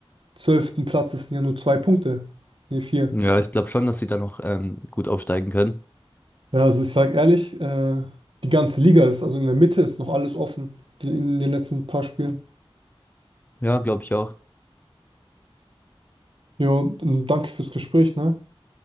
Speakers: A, on the right; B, on the left.
A: zwölften Platz Es sind ja nur zwei Punkte. Ne, vier.
B: Ja, ich glaube schon, dass sie da noch ähm, gut aufsteigen können.
A: Ja, also ich sag ehrlich, äh, die ganze Liga ist, also in der Mitte ist noch alles offen. die- In den letzten paar Spielen.
B: Ja, glaube ich auch.
A: Jo, und danke fürs Gespräch, ne?